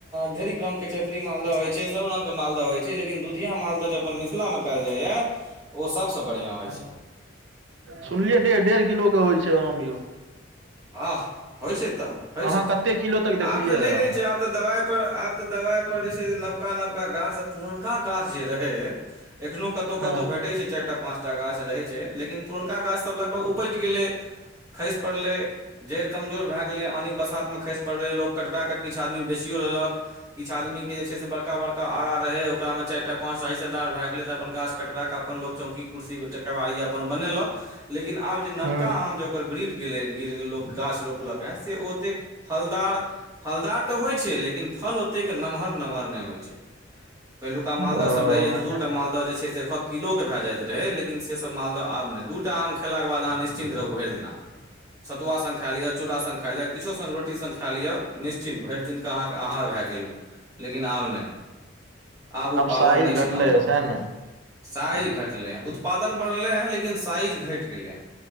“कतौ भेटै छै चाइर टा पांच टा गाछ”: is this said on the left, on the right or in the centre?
Right